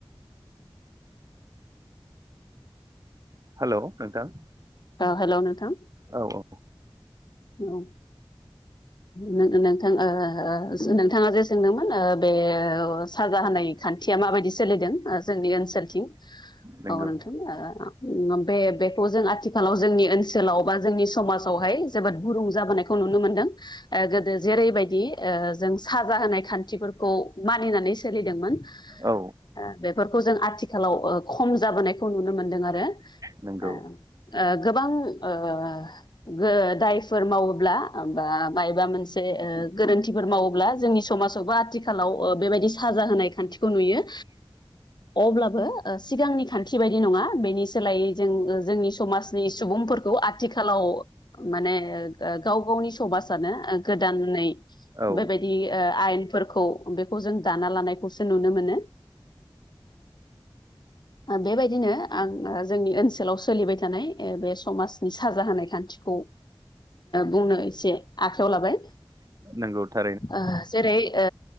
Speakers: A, on the right; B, on the left.
A: हेलौ नोंथां।
B: औ हेल' नोंथां।
A: औ औ
B: औ नों नोंथां ओ ओ ओ नोंथाङा जे सोंदोंमोन ओ बे ओ साजा होनाय खान्थिया मा माबायदि सोलिदों ओ जोंनि ओनसोलथिं
A: नंगौ
B: औ नोंथां ओ बे बेखौ जों आथिखालाव जोंनि ओनसोलाव बा जोंनि समाजावहाय जोबोद गुरुं जाबोनायखौ नुनो मोनदों। ओ गोदो जेरैबायदि ओ जों साजा होनाय खान्थिफोरखौ मानिनानै सोलिदोंमोन।
A: औ
B: ओ बेफोरखौ जों आथिखालाव खम जाबोनायखौ नुनो मोनदों आरो
A: नोंगौ
B: ओ ओ गोबां ओ गो दायफोर मावोब्ला बा बायबा मोनसे गोरोन्थिफोर मावोब्ला जोंनि समाजावबो आथिखाल आथिखालाव बेबायदि साजा होनाय खान्थिखौ नुयो अब्लाबो सिगांनि खान्थि बायदि नङा बेनि सोलायै जों जोंनि समाजनि सुबुं फोरखौ आथिखालाव माने गाव गावनि समाजानो गोदानै
A: औ
B: बेबायदि ओ आयेनफोर फोरखौ बेखौ जों दाना लानायखौसो नुनो मोनो ओ बेबायदिनो आं जोंनि ओनसोलाव सोलिबाय था थानाय बे समाजनि साजा होनाय खान्थिखौ बुंनो एसे आखायाव लाबाय
A: नोंगौ था
B: ओ जेरै ओ